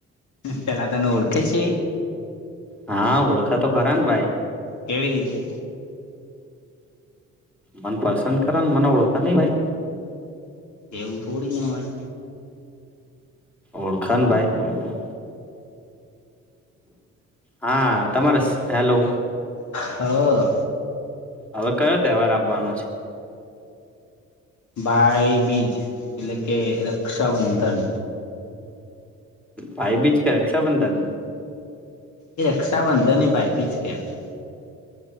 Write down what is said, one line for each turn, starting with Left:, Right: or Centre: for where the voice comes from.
Left: પેલા તને ઓળખે છે
Centre: હા ઓળખા તો ખરા ને ભાઈ
Left: કેવી રીતે
Centre: મન પસંદ કર મને ઓળખે નહી ભાઈ
Left: એેવું થોડી ના હોયે
Centre: ઓળખણ ભાઈ હા તમારે હેલો
Left: હા
Centre: હવે કયો તહેવાર આપવાનો છે
Left: ભાઈ બીજ એટલે કે રક્ષાબંધન
Centre: ભાઈ બીચ ક રક્ષાબંધન
Left: એ રક્ષાબંધન ને બાજ બીજ કેહેવાય